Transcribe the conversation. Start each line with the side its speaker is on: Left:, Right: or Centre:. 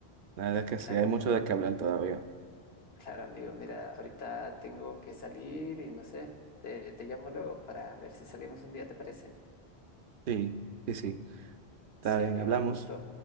Right: La verdad es que
Left: claro.
Right: sí, hay mucho de qué hablar todavía.
Left: Claro, amigo, mira, ahorita tengo que salir y no sé, te, te llamo luego para ver si salimos un día, ¿te parece?
Right: Sí, sí, sí. Está
Left: Sí,
Right: bien,
Left: amigo,
Right: hablamos.
Left: un gusto.